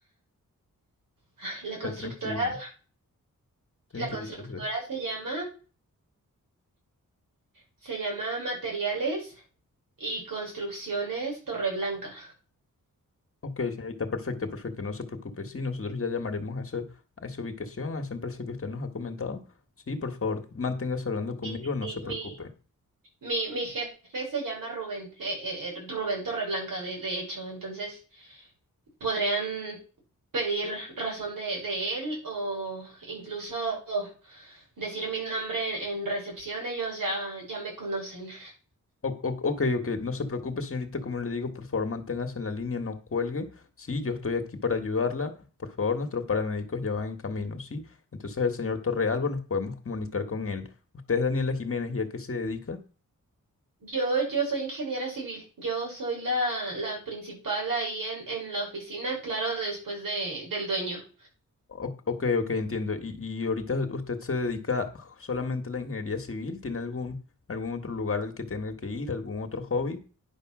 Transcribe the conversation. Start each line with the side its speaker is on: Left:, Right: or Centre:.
Right: <laughs> La constructora,
Left: Eh, tranquilo, tranquilícese.
Right: la constructora se llama, se llama Materiales y Construcciones Torreblanca.
Left: Ok, señorita, perfecto, perfecto, no se preocupe. Sí, nosotros ya llamaremos a esa, a esa ubicación, a esa empresa que usted nos ha comentado. Sí, por favor, manténgase hablando conmigo,
Right: Sí, sí,
Left: no
Right: sí,
Left: se preocupe.
Right: mi, Mi, mi jefe se llama Rubén, eh, eh, eh, Rubén Torreblanca, de, de hecho. Entonces, podrían pedir razón de, de él o incluso decir mi nombre en, en recepción. Ellos ya, ya me conocen.
Left: O- o- ok, ok, no se preocupe, señorita, como le digo, por favor, manténgase en la línea, no cuelgue. Sí, yo estoy aquí para ayudarla. Por favor, nuestros paramédicos ya van en camino, ¿sí? Entonces el señor Torrealba nos podemos comunicar con él. ¿Usted es Daniela Jiménez y a qué se dedica?
Right: Yo, yo soy ingeniera civil. Yo soy la, la principal ahí en, en la oficina, claro, después de, del dueño.
Left: O- Ok, ok, entiendo. ¿Y, y ahorita usted se dedica solamente a la ingeniería civil? ¿Tiene algún, algún otro lugar al que tenga que ir? ¿Algún otro hobby?